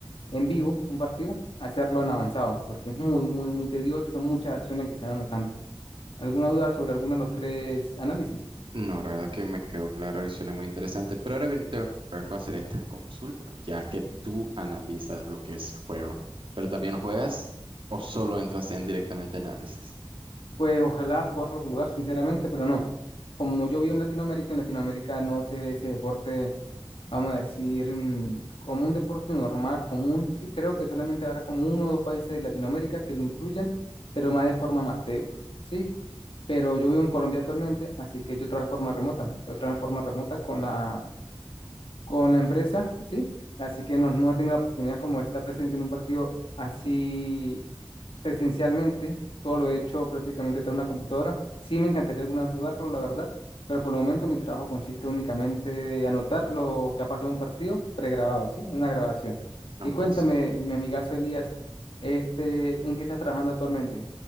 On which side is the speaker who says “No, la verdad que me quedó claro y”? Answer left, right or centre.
Right